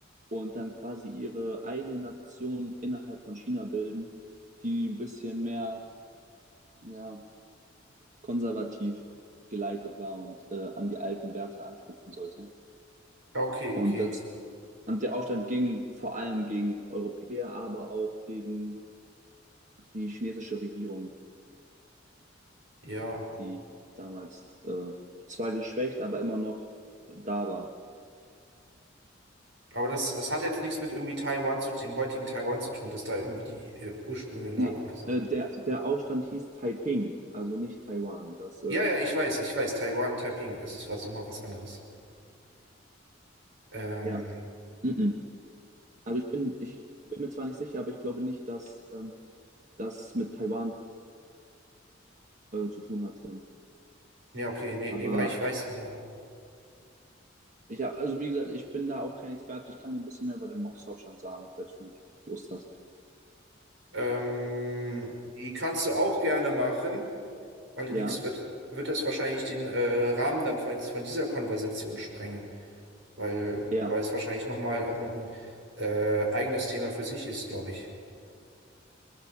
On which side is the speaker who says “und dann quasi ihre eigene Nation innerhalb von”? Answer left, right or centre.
Right